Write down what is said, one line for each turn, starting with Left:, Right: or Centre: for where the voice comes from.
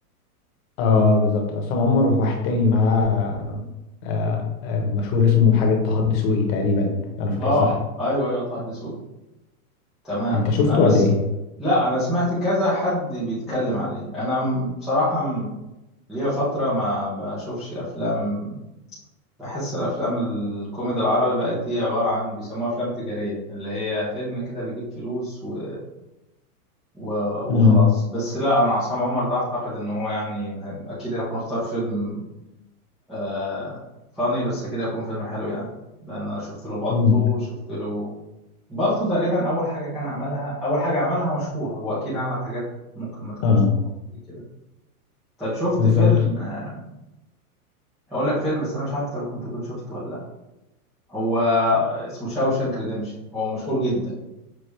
Left: اه بالظبط عصام عمر وواحد تاني معاه آه، آه، مشهور اسمه حاجة طه الدسوقي تقريبا لو أنا فاكر
Centre: اه
Left: صح
Centre: ايوه ايوه طه الدسوقي تمام
Left: أنت شفته
Centre: انا
Left: ولا
Centre: س...
Left: إيه؟
Centre: لا انا سمعت كذا حد بيتكلم عليه انا م- بصراحة م- ليا فترة ما بشوفش افلام بحس الافلام الكوميدي العربي بقت هي عبارة عن بيسموها افلام تجارية اللي هي فيلم كده بيجيب فلوس و... و...
Left: امم
Centre: وخلاص بس لا انا عصام عمر ده اعتقد ان هو يعني اكيد هيكون اختار فيلم آه فاني بس كده يكون فيلم حلو يعني لان انا شفت له بالطو
Left: امم
Centre: وشفت له بالطو تقريبا اول حاجه كان عملها اول حاجه عملها مشهوره هو اكيد عمل حاجات ممكن ما تكونش
Left: اه
Centre: معروفه زي كده طيب شفت
Left: بالظبط
Centre: فيلم آه، اقول لك فيلم بس انا مش عارف انت ممكن تكون شفته ولا لا هو اسمه شاوشانك ريديمشن هو مشهور جدا